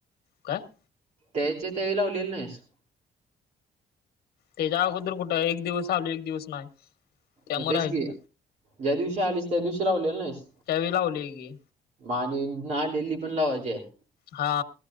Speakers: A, on the left; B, on the right.
A: काय?
B: त्याचे त्या वेळी लावलेले नाहीस.
A: त्याच्या अगोदर कुठं एक दिवस आलोय. एक दिवस नाही. त्यामुळे
B: होय तेच
A: राहिली
B: की, ज्या दिवशी आलीस. त्या दिवशी लावलेल नाहिस.
A: त्यावेळी लावली की
B: मग आणि नाही आलेली पण लावायची आहे.
A: हा.